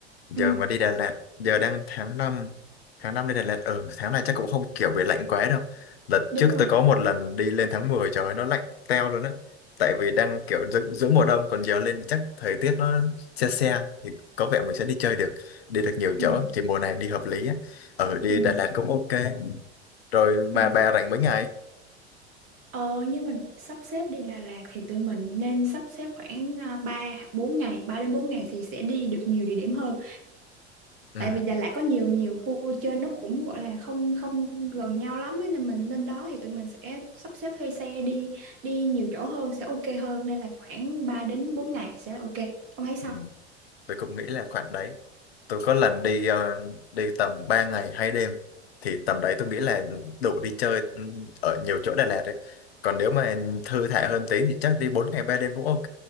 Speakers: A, on the left; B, on the right.
A: Giờ
B: Ừ
A: mà đi Đà Lạt, giờ đang tháng 5, tháng 5 lên Đà Lạt, ừ, tháng này chắc cũng không kiểu bị lạnh quá đâu. Đợt
B: đúng
A: trước
B: rồi
A: tôi có một lần đi lên tháng 10 trời ơi, nó lạnh teo luôn á. Tại vì đang kiểu giữa, giữa mùa đông còn giờ lên thì chắc thời tiết nó se se thì có vẻ mình sẽ đi chơi được, đi được nhiều
B: Ừ
A: chỗ thì mùa này đi hợp lý á. Ừ, đi
B: ừ
A: Đà Lạt cũng ok. Rồi mà
B: ừ
A: bà rảnh mấy ngày?
B: Ờ nhưng mà sắp xếp đi Đà Lạt thì tụi mình nên sắp xếp khoảng à, 3 4 ngày 3 đến 4 ngày thì sẽ đi được nhiều địa điểm hơn
A: Ừ,
B: tại vì Đà Lạt có nhiều nhiều khu vui chơi nó cũng gọi là không không gần nhau lắm ấy, nên mình lên đó thì tụi mình sẽ sắp xếp thuê xe đi đi nhiều chỗ hơn sẽ ok hơn nên là khoảng 3 đến 4 ngày sẽ là ok ông thấy sao
A: ừ. Tôi cũng nghĩ là khoảng đấy. tôi có lần đi ờ, đi tầm 3 ngày hai đêm thì tầm đấy tôi nghĩ là đủ đi chơi ừ, ở nhiều chỗ Đà Lạt đấy còn nếu mà thư thả hơn tí thì chắc đi 4 ngày 3 đêm cũng ok